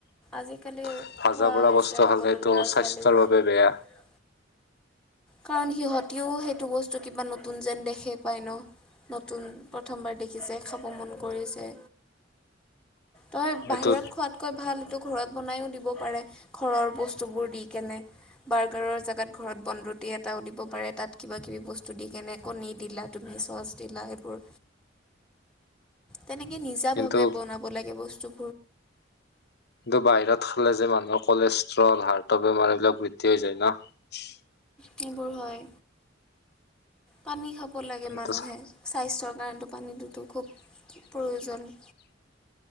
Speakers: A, in the centre; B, on the left (about 60°).
A: আজিকালি
B: ভাজা
A: খোৱা
B: বাৰা
A: হৈছে
B: বস্তু
A: সকলো
B: খালেতো
A: ল'ৰা
B: স্বাস্থ্যৰ
A: ছোৱালীবোৰে
B: বাবে বেয়া।
A: কাৰণ সিহঁতিও সেইটো বস্তু কিবা নতুন যেন দেখে পায় ন নতুন প্ৰথমবাৰ দেখিছে খাব মন কৰিছে। তই
B: সেইটো
A: বাহিৰত খোৱাতকৈ ভাল তোক ঘৰত বনাইও দিব পাৰে ঘৰৰ বস্তুবোৰ দি কেনে বাৰ্গাৰৰ জেগাত ঘৰত বন্ধত <unintelligible> এটাও দিব পাৰে তাত কিবা কিবি বস্তু দি কেনে কণী দিলা তুমি চচ দিলা এইবোৰ তেনেকে নিজা
B: কিন্তু
A: ভাবে বনাব লাগে বস্তু
B: কিন্তু বাহিৰত খালে যে মানুহৰ কলেষ্ট্ৰল হাৰ্টৰ বেমাৰ এইবিলাক বৃদ্ধি হৈ যায় ন <unintelligible>
A: সেইবোৰ হয় পানী খাব লাগে
B: এইটো
A: মানুহে, স্বাস্থ্যৰ কাৰনেটো পানীটোতো খুব প্ৰয়োজন।